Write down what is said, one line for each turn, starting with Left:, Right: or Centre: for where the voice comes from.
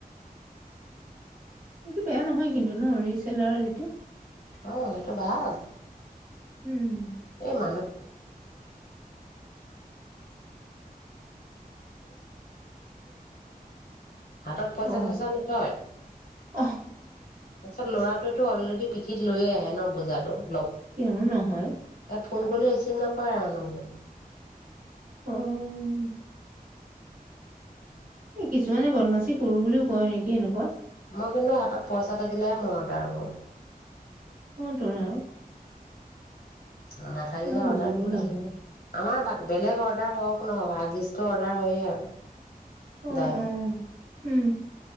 Right: <unintelligible> বেয়া নহয় কিন্তু ন' ৰিচ <unintelligible>
Left: অ', সেইটো ভাল।
Right: উম!
Left: <unintelligible> হাতত পইচা
Right: অ',
Left: চইচা নথয়,
Right: অ',
Left: তাৰচত ল'ৰাটো <unintelligible>
Right: কিয় নহয়!
Left: ফোন কৰিলে ৰিচিভ নকৰে <unintelligible>
Right: অ' অ' কিছুমানে বদমাছি‌ কৰু বুলি কৰে এনেকুৱা,
Left: মই কিন্তু হাতত পইচা থাকিলে হে মই অৰ্ডাৰ কৰু
Right: <unintelligible>
Left: <unintelligible>
Right: অলপ
Left: গিলা
Right: বুজিবও
Left: অৰ্ডাৰ কৰিলে
Right: লাগে
Left: <unintelligible>
Right: বাৰু
Left: আমাৰ বেলেগ অৰ্ডাৰ হক নহক হাগিছটো অৰ্ডাৰ হয়ে আৰু
Right: অ'
Left: ডাইভাৰ
Right: আ হম